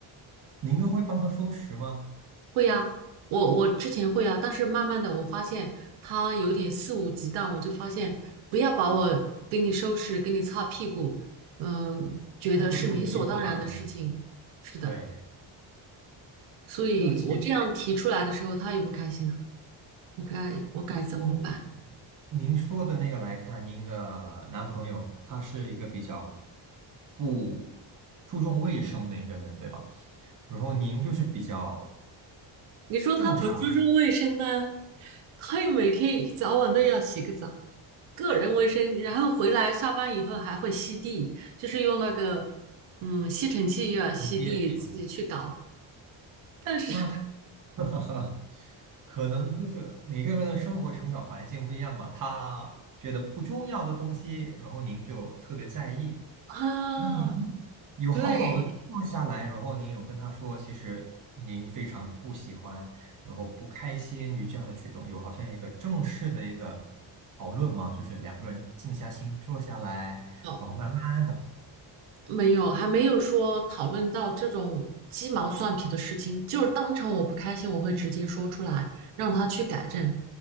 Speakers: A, on the right (about 40°); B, on the right (about 80°).
A: 您都会帮他收拾吗？
B: 会呀、我我之前会啊，但是慢慢的我发现他有点肆无忌惮，我就发现不要把我给你收拾，给你擦屁股，嗯，觉得是理所当然的事情，
A: 当做是一种理所当然。
B: 是的，
A: 对，
B: 所以我这样提出来的时候，
A: 那其实。
B: 他也不开心了，我该我该怎么办？
A: 从您说的那个来看，您的男朋友他是一个比较不注重卫生的一个人，对吧？然后您就是比较
B: 你说他不注重卫生呢，
A: 正常
B: 他又每天一早晚都要洗个澡。个人卫生，然后回来下班以后还会吸地，就是用那个嗯吸尘器又要吸地，
A: 直接，
B: 自己去搞。
A: 嗯，
B: 但是
A: 那他 <laughs> 可能就是每个人的生活成长环境不一样嘛，他觉得不重要的东西，然后您就特别在意，
B: <laughs> 啊，
A: 那你们有好好的坐下来，
B: 对，
A: 然后您有跟他说，其实您非常不喜欢，然后不开心于这样的举动，有好像一个正式的一个讨论吗？就是两个人静下心坐下来，
B: 哦，
A: 然后慢慢的，
B: 没有，还没有说讨论到这种鸡毛蒜皮的事情，就是当场我不开心，我会直接说出来，让他去改正。